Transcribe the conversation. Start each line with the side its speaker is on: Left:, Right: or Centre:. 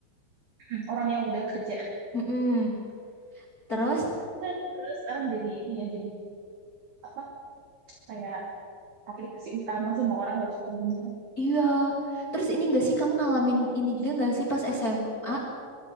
Right: Mm-mm. Orang yang udah kerja
Left: Mm-mm. Terus,
Right: <laughs> terus sekarang jadi ini ya jadi apa kayak aplikasi utama semua orang harus punya.
Left: iya. Terus ini enggak sih kamu ngalamin ini juga enggak sih pas SMA